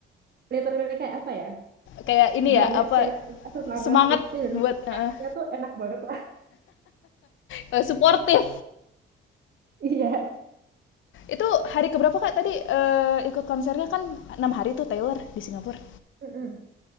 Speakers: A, on the right; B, on the left.
A: literally kayak apa ya?
B: kayak ini
A: banyak
B: ya apa
A: cewek sesama
B: semangat
A: Swiftie dan
B: buat eh,
A: vibes-nya tuh enak banget lah. <laughs>
B: eh, suportif.
A: Iya.
B: Itu hari keberapa kak tadi eh, ikut konsernya kan enam hari tuh Taylor di Singapura.
A: Mm-mm.